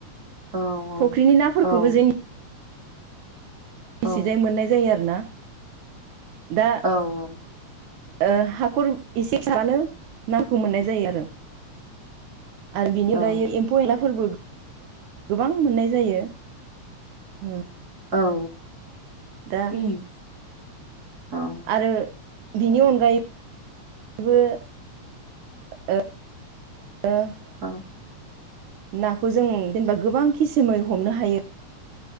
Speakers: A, on the right; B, on the right.
A: औ
B: फुख्रिनि नाफोरखौबो
A: औ
B: जोंनि
A: औ
B: जोंनिसिजाय मोननाय जायो आरो ना दा
A: नोंथां
B: ओ हाखर एसे सारानो नाखौ मोननाय जायो आरो आरो बेनिगायै
A: औ
B: एम्फौ एनलाफोरबो गोबां मोननाय जायो उम
A: औ औ
B: दा
A: उम औ
B: ओ बिनि अनगायैबो <unintelligible> ओ ़ <unintelligible>
A: अ
B: नाखौ जों जेनेबा गोबां खिसुमै हमनो हायो